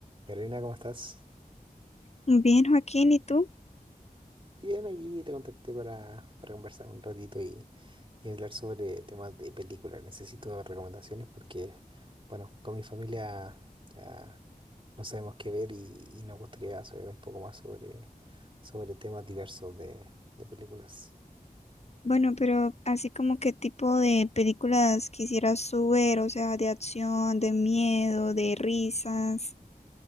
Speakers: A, on the right; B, on the left.
A: Carolina, ¿cómo estás?
B: Bien, Joaquín, ¿y tú?
A: Bien, aquí te contacté para, para conversar un ratito y, y hablar sobre temas de películas. Necesito recomendaciones porque, bueno, con mi familia ya no sabemos qué ver y, y nos gustaría saber un poco más sobre, sobre temas diversos de, de películas.
B: Bueno, pero así como qué tipo de películas quisieras tú ver, o sea, de acción, de miedo, de risas,